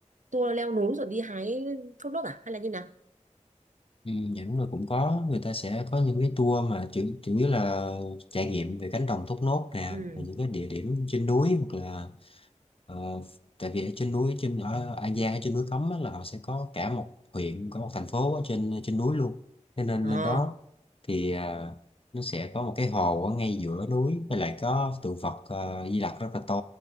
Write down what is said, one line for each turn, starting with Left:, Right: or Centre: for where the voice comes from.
Right: tour leo núi rồi đi hái thốt nốt à hay là như nào?
Left: Ừ, dạ đúng rồi cũng có người ta sẽ có những cái tour mà chủ chủ yếu là trải nghiệm về cánh đồng thốt nốt nè
Right: Ừ.
Left: và những cái địa điểm trên núi hoặc là ờ, tại vì ở trên núi trên ở An Giang ở trên núi Cấm á, là họ sẽ có cả một huyện có một thành phố ở trên trên núi luôn thế nên
Right: Ờ.
Left: lên đó thì à, nó sẽ có một cái hồ ở ngay giữa núi với lại có tượng Phật ờ, Di Lặc rất là to